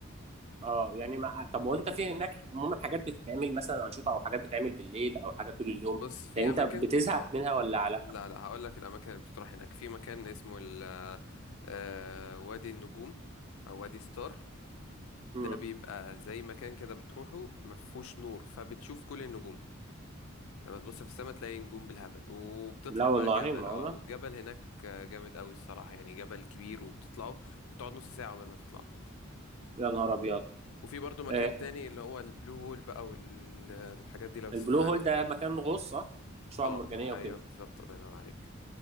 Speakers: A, on the right (about 30°); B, on the left (about 80°).
A: اه يعني ما طب وانت في هناك عموما حاجات بتتعمل مثلا انشطه او حاجات بتتعمل بالليل او حاجه طول اليوم
B: بص في
A: يعني انت
B: اماكن
A: بتزهق
B: اه
A: منها ولا لا
B: لا لا هقول لك الاماكن اللي بتطرح هناك في مكان اسمه ال آه، آه، وادي النجوم او وادي ستار ده
A: مم.
B: بيبقى زي مكان كده بتروحه مفهوش نور فبتشوف كل النجوم لما تبص في السماء تلاقي نجوم بالهبل وبتطلع
A: لا والله
B: بقى جبل
A: معقولة
B: اه والجبل هناك جامد قوي الصراحة يعني جبل كبير وبتطلعه بتقعد نص ساعة قبل ما تطلعه
A: يا نهار أبيض
B: وفي برضو مكان
A: آه،
B: تاني اللي هو البلو هول بقى والحاجات دي لو تسمع
A: البلو هول
B: عنها
A: ده
B: يعني.
A: مكان غوص صح؟ شعاب
B: اه
A: مرجانية
B: ايوه
A: وكده
B: بالظبط الله ينور عليك